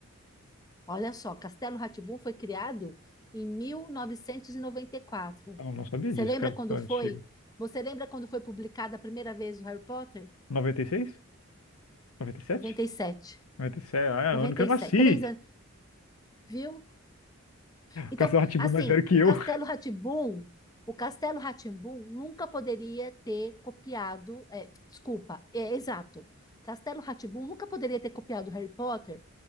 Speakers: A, on the left; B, on the left.
A: Olha só, Castelo rá foi criado em mil novecentos e e noventa e quatro.
B: Eu não sabia
A: Você
B: disso,
A: lembra
B: cara,
A: quando
B: tão
A: foi?
B: antigo.
A: Você lembra quando foi publicada a primeira vez o Harry Potter?
B: 96? 97?
A: Noventa noventa e sete,
B: Mas isso é, é
A: noventa
B: ano que eu
A: e
B: nasci.
A: sete, três anos, viu? Então,
B: Castelo rá tim
A: assim,
B: mais velho que
A: o
B: eu.
A: Castelo rá o Castelo rá nunca poderia ter copiado, é, desculpa, é exato. Castelo rá nunca poderia ter copiado o Harry Potter